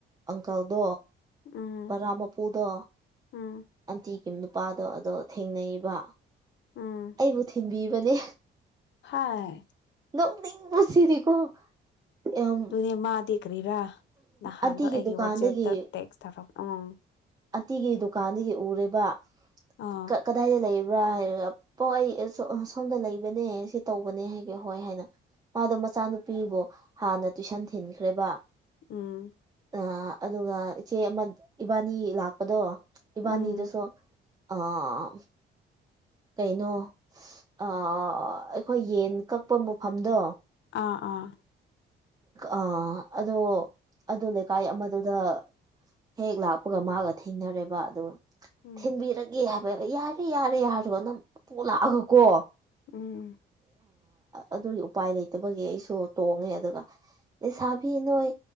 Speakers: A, on the right (about 20°); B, on the left (about 65°).
A: ꯑꯪꯀꯜꯗꯣ
B: ꯎꯝ
A: ꯕꯥꯔꯥ ꯃꯄꯨꯗꯣ
B: ꯎꯝ
A: ꯑꯟꯇꯤꯒꯤ ꯅꯨꯄꯥꯗꯣ ꯑꯗꯣ ꯊꯦꯡꯅꯩꯌꯦꯕ
B: ꯑꯝ
A: ꯑꯩꯕꯨ ꯊꯤꯟꯕꯤꯕꯅꯦ
B: ꯍꯥꯏ
A: ꯅꯣꯛꯅꯤꯡꯕꯁꯤꯗꯤꯀꯣ ꯌꯥꯝ
B: ꯑꯗꯨꯅꯦ ꯃꯥꯗꯤ ꯀꯔꯤꯔꯥ ꯅꯍꯥꯟꯗꯣ
A: ꯑꯟꯇꯤꯒꯤ
B: ꯑꯩꯒꯤ
A: ꯗꯨꯀꯥꯟꯗꯒꯤ
B: ꯋꯥꯆꯦꯞꯇ ꯇꯦꯛꯁ ꯊꯧꯔꯛ ꯎꯝ
A: ꯑꯟꯇꯤꯒꯤ ꯗꯨꯀꯥꯟꯗꯒꯤ ꯎꯔꯦꯕ
B: ꯑꯥ
A: ꯀ ꯀꯗꯥꯏꯗ ꯂꯩꯕ꯭ꯔꯥ ꯍꯥꯏꯔꯒ ꯄꯣ ꯑꯩ ꯑꯦ ꯁꯣ ꯁꯣꯝꯗ ꯂꯩꯕꯅꯦ ꯁꯤ ꯇꯧꯕꯅꯦ ꯍꯥꯏꯒꯦ ꯍꯣꯏ ꯍꯥꯏꯅ ꯃꯥꯗꯣ ꯃꯆꯥꯅꯨꯄꯤꯕꯨ ꯍꯥꯟꯅ ꯇꯨꯏꯁꯟ ꯊꯤꯟꯈ꯭ꯔꯦꯕ
B: ꯎꯝ
A: ꯑ ꯑꯗꯨꯒ ꯏꯆꯦ ꯑꯃ ꯏꯕꯥꯅꯤ ꯂꯥꯛꯄꯗꯣ ꯏꯕꯥꯅꯤꯗꯨꯁꯨ
B: ꯎꯝ
A: ꯑꯥ ꯀꯩꯅꯣ ꯑ ꯑꯩꯈꯣꯏ ꯌꯦꯟ ꯀꯛꯄ ꯃꯐꯝꯗꯣ
B: ꯑꯥ ꯑꯥ
A: ꯑꯥ ꯑꯗꯣ ꯑꯗꯨ ꯂꯩꯀꯥꯏ ꯑꯃꯗꯨꯗ ꯍꯦꯛ ꯂꯥꯛꯄꯒ ꯃꯥꯒ ꯊꯩꯅꯔꯦꯕ ꯑꯗꯨꯒ
B: ꯎꯝ
A: ꯊꯤꯟꯕꯤꯔ ꯒꯦ ꯍꯥꯏꯕ ꯌꯥꯔꯦ ꯌꯥꯔꯦ ꯍꯥꯏꯔꯒ ꯅꯝꯐꯨ ꯂꯥꯥꯛꯑꯀꯣ
B: ꯎꯝ
A: ꯑꯗꯨꯒꯤ ꯎꯄꯥꯏ ꯂꯩꯇꯕꯒꯤ ꯑꯩꯁꯨ ꯇꯣꯡꯉꯦ ꯑꯗꯨꯒ ꯂꯩꯁꯥꯕꯤ ꯅꯣꯏ